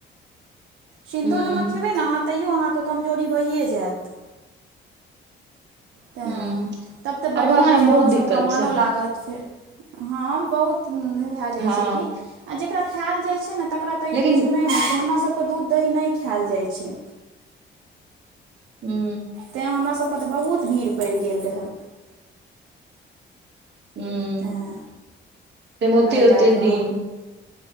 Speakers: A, on the right; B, on the right.
A: सिन्धो
B: हुँ
A: नमक खेबै नऽ आहाॅं तैइयो अहाँक कमजोरी भऽए जाऽयत। तेॅं
B: हुँ
A: तब ते
B: अरबा
A: बढ़ियाॅं
B: खायमे
A: ये
B: बहुत
A: आहाॅं
B: दिक्कत
A: सबकऽ मऽनो
B: छै
A: लाग गत फेर। हाॅं बहुत उन्नह भऽ जायत
B: हँ
A: छै की आ जेकरा खायल जाय ने तकरा तैयो
B: लेकिन
A: किछु नय होयत छै। हमरा सब क दुध दही नै खायल जाईत छै।
B: हू।
A: तैँ हमरासभके तऽ बहुत भीड़ पड़ि गेल रहए।
B: हुं
A: तेँ
B: ताहि मे ओते-ओते
A: एहि लए कऽ
B: दिन।